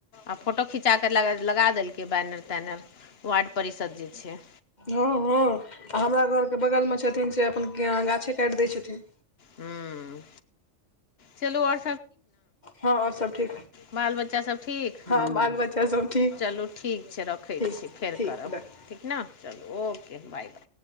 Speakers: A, on the left (about 55°); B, on the left (about 35°).
A: आ फोटो खिचा कऽ लगा देलकै बैनर पैनल वार्ड परिषद जे छै
B: हँ हँ आ हमरा घरके बगलमे छथिन से अपन गाछे काटि दै छथिन
A: ह्म चलू और
B: हँ और सब ठीक
A: बाल बच्चा सभ ठीक
B: हँ बाल बच्चा सब ठीक
A: चलू ठीक छै रखै
B: ठीक
A: छियै रखैत छी फेर
B: ठीक
A: करब
B: रख
A: ठीक न चलू ओके बाय बाय